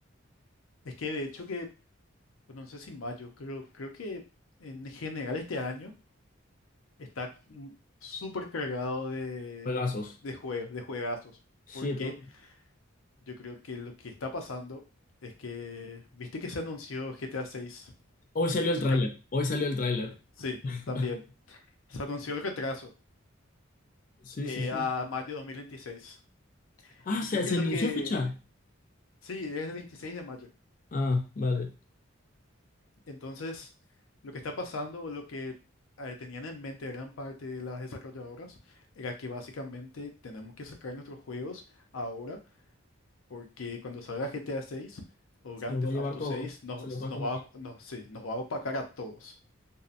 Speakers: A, on the left (about 85°); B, on the left (about 40°).
A: Es que de hecho que, bueno, no sé si mayo, creo, creo que en general este año está mm, súper cargado de,
B: Juegazos.
A: de juegos, de juegazos.
B: Sí,
A: porque
B: pero...
A: Yo creo que lo que está pasando es que, viste que se anunció GTA 6,
B: Hoy salió el
A: sí,
B: tráiler. Hoy salió el tráiler.
A: sí,
B: <laughs>
A: también. Se anunció el retraso
B: Sí,
A: eh,
B: sí, sí.
A: a mayo de 2026.
B: Ah,
A: Y
B: ¿se,
A: yo creo
B: se anunció
A: que,
B: fecha?
A: sí, es el 26 de mayo.
B: Ah, vale.
A: Entonces, lo que está pasando, o lo que eh, tenían en mente gran parte de las desarrolladoras, era que básicamente tenemos que sacar nuestros juegos ahora, porque cuando salga GTA 6 o
B: Se
A: Grand
B: los
A: Theft
B: va a llevar
A: Auto
B: todo.
A: 6, nos,
B: Se los va a
A: nos
B: comer.
A: va, a- nos, sí, nos va a opacar a todos.